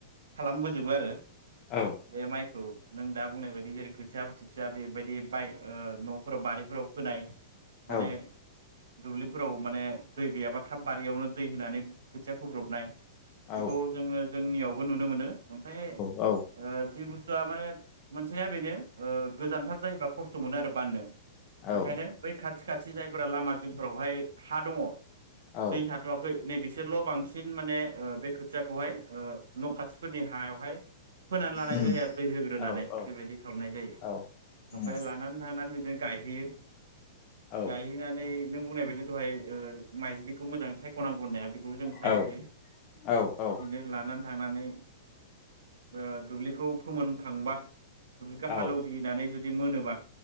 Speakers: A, on the right; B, on the left.
A: खालामबोजोबो आरो
B: औ
A: बे माय खौ नों दा बुंनाय बायदि जेरै खोथिया बोथिथिया बेबायदि बाय ओ न'फोराव बारि फोराव फोनाय माने
B: औ
A: दुब्लिफोराव माने दै गैयाबा थाब बारियावनो दै होनानै खोथिया फोब्रबनाय
B: औ
A: बेखौ जोङो जोंनियाव बो नुनो मोनो ओफाय
B: औ
A: ओ जि बुस्थुआ माने मोनसेया बेनो ओ गोजानथार जायोबा खस्थ' मोनो आरो बाननो
B: औ
A: ओंखायनो बै खाथ खाथि जायफोरा लामा जोंफोरावहाय हा दङ
B: औ
A: दै थाथ'वाखै नै बिसोरल' बांसिन माने ओ बे खोथियाखौहाय ओ न' खाथिफोरनि हायावहाय फोनानै लानाय
B: उम
A: जायो आरो दै होग्रोनानै
B: औ औ
A: बेबायदि खालामनाय जायो
B: औ उम
A: ओमफ्राय लानानै थांनानै बिदिन गायहैयो <inaudible>
B: औ
A: गायहैनानै नों बुंनाय बायदि दहाय ओ माइज्लिखौ मोजाङै साय'नांगौ होननाया बेखौजों सायखायो
B: औ औ
A: बिदिनो
B: औ
A: लानान थांनानै ओ दुब्लिखौ फोमोनखांबा दुब्लिखौ
B: औ
A: हालौग्लिनानै जुद बि मोनोबा